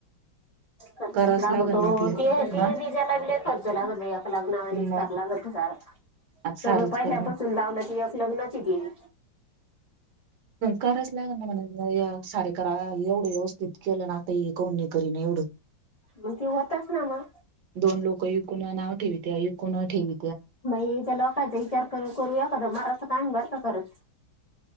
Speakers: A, on the left; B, on the right.
A: खर्चच
B: करावच
A: लागतो
B: लागल ना आपल्या
A: ते ते
B: हा
A: बिजाला खर्च लागत आप लग्नावानेच
B: मग
A: लागत सार
B: आता सारच
A: सगळं पहिल्यापासून
B: करण
A: लावलं ती एकलग्न गेली
B: कारच लाग म्हण सारे करा एवढं व्यवस्थित केलं ना कोण करी एवढं
A: मग ते होतच ना मग
B: <unintelligible> दोन लोक विकूनव तीयकण ठेव
A: मग त्या लोकांचा विचार कर करू एखादां मारत काम बर का करत